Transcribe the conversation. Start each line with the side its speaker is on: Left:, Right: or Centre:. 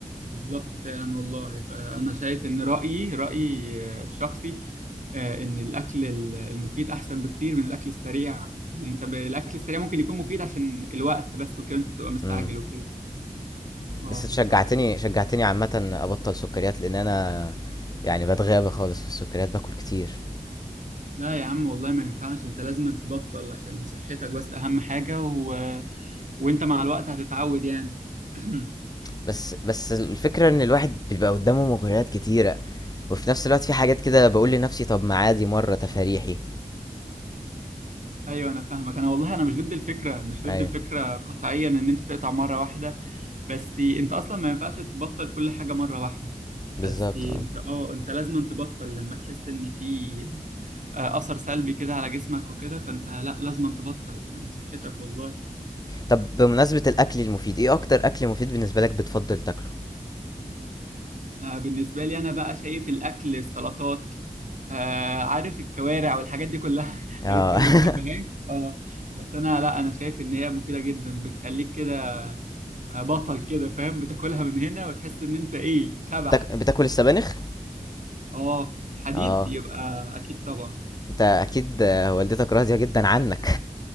Right: بالظبط فعلا والله فأنا شايف إن رأيي رأيي آه، الشخصي آه، إن الأكل ال- المفيد أحسن بكتير من الأكل السريع يعني أنت ب- الأكل السريع ممكن يكون مفيد عشان الوقت بس وكده أنت بتبقى مستعجل
Left: إمم.
Right: وكده اه
Left: بس أنتِ
Right: بالظبط
Left: شجّعتني
Right: كده
Left: شجّعتني عامةً أبطّل سُكّريات، لإن أنا يعني باتغابى خالص في السُكّريات، باكل كتير.
Right: لا يا عم والله ما ينفعش أنت لازم تبطل عشان صحتك بس أهم حاجة و... وأنت مع الوقت هتتعود يعني <clears throat>
Left: بس بس الفكرة إن الواحد بيبقى قُدّامه مغريات كتيرة، وفي نفس الوقت في حاجات كده باقول لنفسي طَب ما عادي مرّة تفاريحي.
Right: ايوه انا فاهمك انا والله انا مش ضد الفكره مش ضد
Left: أيوه،
Right: الفكره قطعيا ان انت تقطع مره واحده بس انت اصلا ما ينفعش تبطل كل حاجه مره واحده
Left: بالضبط
Right: بس
Left: آه.
Right: انت اه انت لازم تبطل لما تحس ان في آه، اثر سلبي كده على جسمك وكده فانت لا لازم تبطل عشان صحتك والله
Left: طَب بمناسبة الأكل المفيد، إيه أكتر أكل مفيد بالنسبة لك بتفضّل تاكله؟
Right: آه، بالنسبه لي انا بقى شايف الاكل السلطات آه، عارف الكوارع والحاجات دي كلها <laughs>
Left: آه.
Right: اللي انت ما
Left: <laughs>
Right: بتحبهاش اه بس انا لا انا شايف ان هي مفيده جدا بتخليك كده آه، بطل كده فاهم بتاكلها من هنا وتحس ان انت ايه شبح
Left: بتاك بتاكل السبانخ؟
Right: اه حديد
Left: آه.
Right: يبقى اكيد طبعا
Left: أنت أكيد آه، والدتك راضية جدًا عنّك.